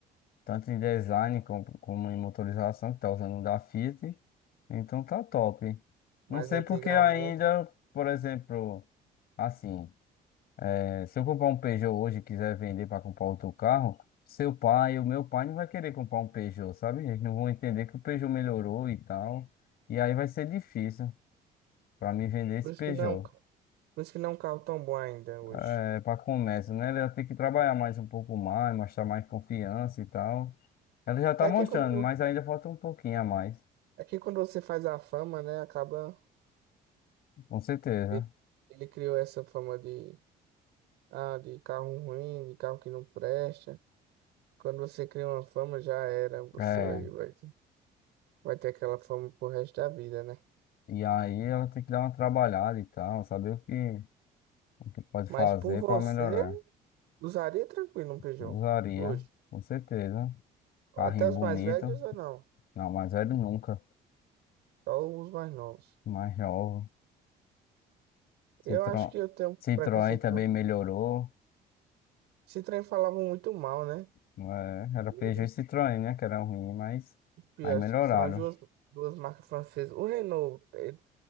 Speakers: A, on the left; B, on the right.
A: Tanto em design como, como em motorização, que tá usando o da Fiat. Então tá top.
B: Mas
A: Não sei
B: antigamente,
A: porque ainda, por exemplo, assim, é, se eu comprar um Peugeot hoje e quiser vender para comprar outro carro, seu pai, o meu pai não vai querer comprar um Peugeot, sabe? Eles não vão entender que o Peugeot melhorou e tal. E aí vai ser difícil para mim vender esse
B: por isso
A: Peugeot.
B: que não, é um ca- por isso que não é um carro tão bom ainda hoje.
A: É, para começo, né? Ela tem que trabalhar mais um pouco mais, mostrar mais confiança e tal. Ela já tá
B: É
A: mostrando,
B: que quando,
A: mas ainda falta um pouquinho a mais,
B: é que quando você faz a fama, né, acaba
A: com certeza.
B: ele ele criou essa fama de Ah, de carro ruim, de carro que não presta. Quando você cria uma fama, já era. Você
A: É.
B: vai, vai, vai ter aquela fama pro resto da vida, né?
A: E aí ela tem que dar uma trabalhada e tal, saber o que, o que pode
B: Mas
A: fazer
B: por você,
A: para melhorar.
B: usaria tranquilo um Peugeot.
A: Usaria,
B: Hoje.
A: com certeza. Carrinho
B: Até
A: bonito.
B: os mais velhos ou não?
A: Não, mais velho nunca.
B: Só os mais novos.
A: Mais jovem. Citro...
B: Eu acho que eu tenho um
A: Citroën
B: preconceito
A: também
B: muito.
A: melhorou.
B: Esse trem falava muito mal, né?
A: É,
B: Dele.
A: era Peugeot e Citroën, né? Que era ruim, mas
B: E
A: aí
B: acho
A: melhoraram.
B: que são as duas, duas marcas francesas. O Renault, eh,